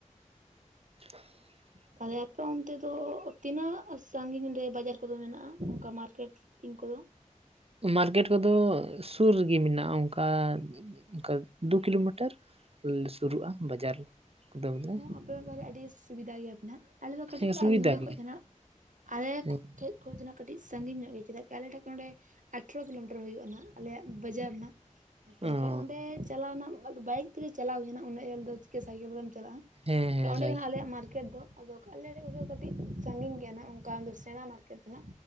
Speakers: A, on the right; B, on the right.
A: <unintelligible>
B: ᱛᱟᱦᱚᱞᱮ ᱟᱯᱮ ᱚᱱᱛᱮ ᱫᱚ ᱛᱤᱱᱟᱹᱜ ᱥᱟᱺᱜᱤᱧ ᱨᱮ ᱵᱟᱡᱟᱨ ᱠᱚᱫᱚ ᱢᱮᱱᱟᱜᱼᱟ ᱚᱱᱠᱟ ᱢᱟᱨᱠᱮᱴ? ᱛᱤᱱ ᱠᱚᱫᱚ
A: ᱢᱟᱨᱠᱮᱴ ᱠᱚᱫᱚ ᱥᱩᱨ ᱨᱮᱜᱮ ᱢᱮᱱᱟᱜᱼᱟ ᱚᱱᱠᱟ ᱚᱱᱠᱟ ᱫᱩ ᱠᱤᱞᱳᱢᱤᱴᱟᱨ᱾ ᱥᱩᱨᱩᱜᱼᱟ ᱵᱟᱡᱟᱨ ᱠᱚᱫᱚ ᱵᱚᱞᱮ
B: ᱟᱯᱮ ᱫᱚ ᱛᱟᱦᱚᱞᱮ ᱟᱹᱰᱤ ᱥᱩᱵᱤᱫᱟ ᱜᱮᱭᱟᱯᱮᱱᱟᱜ ᱟᱞᱮ ᱫᱚ ᱠᱟᱹᱴᱤᱡ
A: ᱦᱮᱸ ᱥᱩᱵᱤᱫᱷᱟ
B: ᱱᱚᱰᱮ
A: ᱜᱮ
B: ᱠᱷᱚᱡ ᱫᱚ ᱦᱱᱟᱜ ᱟᱞᱮ
A: ᱦᱮᱸ
B: ᱴᱷᱮᱡ ᱠᱷᱚᱡᱱᱟ ᱠᱟᱹᱴᱤᱡ ᱥᱟᱺᱜᱤᱧ ᱧᱚᱜ ᱜᱮ ᱪᱮᱫᱟᱜ ᱠᱤ ᱟᱞᱮ ᱴᱷᱮᱡ ᱠᱷᱚᱱ ᱱᱚᱰᱮ ᱟᱴᱷᱨᱚ ᱠᱤᱞᱳᱢᱤᱴᱟᱨ ᱦᱩᱭᱩᱜ-ᱟᱱᱟ ᱟᱞᱮᱭᱟᱜ ᱵᱟᱡᱟᱨ ᱱᱟ᱾ ᱦᱮᱸ ᱥᱮ
A: ᱚ
B: ᱮᱱᱠᱷᱟᱱ ᱚᱸᱰᱮ ᱪᱟᱞᱟᱣ ᱨᱮᱱᱟᱜ ᱵᱟᱭᱤᱠ ᱛᱮᱜᱮ ᱪᱟᱞᱟᱣ ᱦᱩᱭᱱᱟ ᱩᱱᱟᱹᱜ ᱧᱮᱞ ᱫᱚ ᱪᱤᱠᱟᱹ ᱥᱟᱭᱠᱮᱞ ᱛᱮᱢ ᱪᱟᱞᱟᱜᱼᱟ᱾
A: ᱦᱮᱸ ᱦᱮᱸ
B: ᱮ ᱚᱸᱰᱮ
A: ᱨᱟᱭ
B: ᱠᱷᱚᱱᱟᱜ ᱟᱞᱮ ᱢᱟᱨᱠᱮᱴ ᱫᱚ ᱟᱫᱚ ᱟᱞᱮ ᱦᱩᱭᱩᱜ ᱠᱟᱹᱴᱤᱡ ᱥᱟᱺᱜᱤᱧ ᱜᱮᱭᱟ ᱱᱟᱸᱜ ᱚᱱᱠᱟ ᱫᱚ ᱥᱮᱬᱟ ᱢᱟᱨᱠᱮᱴ ᱫᱚ